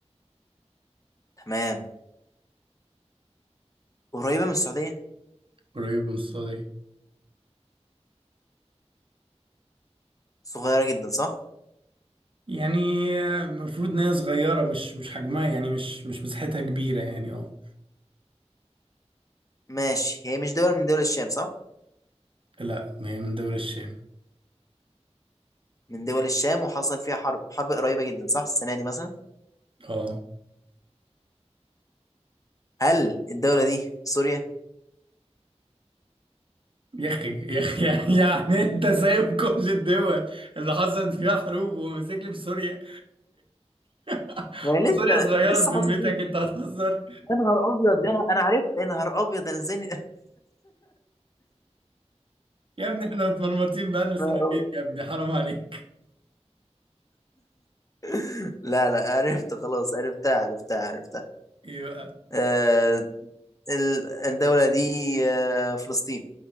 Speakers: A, on the left; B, on the right.
A: تمام قريبة من السعودية
B: قريب من الصاج
A: صغيرة جدا صح
B: يعني المفروض ان هي صغيره مش مش حجمها يعني مش مش مساحتها كبيره يعني اه
A: ماشي هي مش دولة من دول الشام صح
B: لا ما هي من دول الشام
A: من دول الشام وحصل فيها حرب حرب قريبة جدا صح السنة دي مثلا
B: اه
A: هل الدولة دي سوريا
B: يا اخي يا اخي <laughs> يعني انت سايب كل الدول اللي حصلت فيها حروب وماسك لي بسوريا <laughs>
A: ما هي لسه
B: وسوريا صغيره
A: لسه
B: بذمتك
A: حصل دي
B: انت هتهزر
A: يا نهار أبيض يا نهار أنا عرفت يا نهار أبيض أنا إزاي <laughs> يا
B: يا ابني احنا متمرمطين بقالنا سنتين
A: نهار أبيض
B: يا ابني حرام عليك
A: <laughs> لا لا عرفت خلاص عرفتها عرفتها عرفتها
B: ايه بقى
A: آه، ال- الدولة دي آه، فلسطين